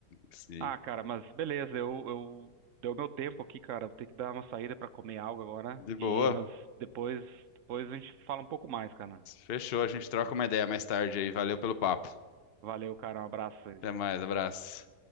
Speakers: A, on the left; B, on the right.
A: Sim.
B: Ah, cara, mas beleza, eu, eu deu meu tempo aqui, cara. Vou ter que dar uma saída pra comer algo agora.
A: De boa.
B: E mas depois, depois a gente fala um pouco mais, cara.
A: Fechou, a gente troca uma ideia mais tarde aí. Valeu pelo papo.
B: Valeu, cara. Um abraço. aí.
A: Até mais, abraço.